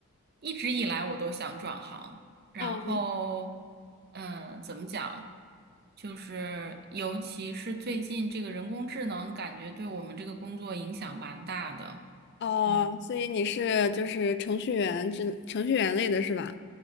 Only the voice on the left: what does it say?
哦
哦，
所以你是就是程序员之程序员类的是吧？